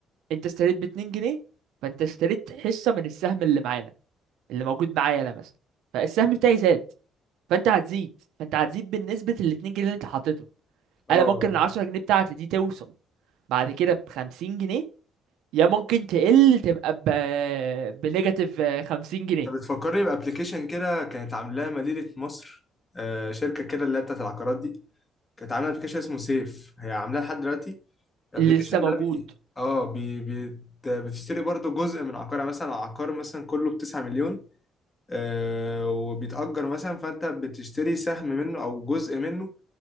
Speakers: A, on the right; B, on the left.
A: انت اشتريت باتنين جنيه فانت اشتريت حصة من السهم اللي معانا اللي موجود معايا انا مثلا فالسهم بتاعي زاد فانت هتزيد فانت هتزيد بالنسبة للاتنين جنيه اللي انت حطيتهم
B: اه
A: انا ممكن العشرة جنيه بتاعتي دي توصل بعد كده بخمسين جنيه يا ممكن تقل تبقى ب بنيجاتيف خمسين جنيه
B: انت بتفكرني بابلكيشن كده كانت عاملاه مدينه مصر آه، شركه كده اللي هي بتاعت العقارات دي كانت عامله ابلكيشن اسمه سيف هي عاملاه لحد دلوقتي الابلكيشن
A: اللي لسه موجود
B: ده بي... اه بي... بي... بتشتري برضو جزء من عقارها مثلا عقار مثلا كله ب 9 مليون آه وبيتأجر مثلا فانت بتشتري سهم منه او جزء منه